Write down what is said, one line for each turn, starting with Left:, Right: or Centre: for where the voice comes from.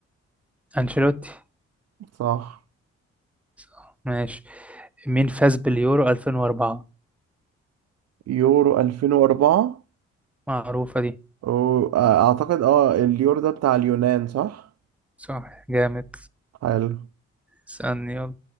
Centre: أنشيلوتي
Right: صح
Centre: صح ماشي مين فاز باليورو 2004
Right: يورو 2004
Centre: معروفة دي
Right: و- آه، أعتقد اه اليورو ده بتاع اليونان صح
Centre: صح جامد
Right: حلو
Centre: اسألني يلا